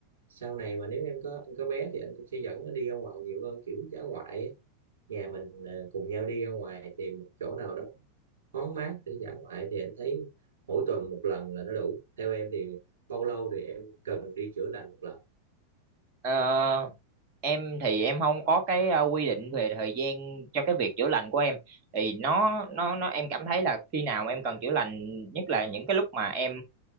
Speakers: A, on the right; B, on the right.
A: sau này mà nếu em có anh có bé thì anh cũng sẽ dẫn nó đi ra ngoài nhiều hơn kiểu dã ngoại á. nhà mình ờ, cùng nhau đi ra ngoài tìm một chỗ nào đó thoáng mát để dã ngoại thì anh thấy mỗi tuần một lần là nó đủ theo em thì bao lâu thì em cần đi chữa lành một lần
B: Ờ, em thì em không có cái ờ, quy định về thời gian cho cái việc chữa lành của em thì nó nó nó em cảm thấy là khi nào em cần chữa lành nhất là những cái lúc mà em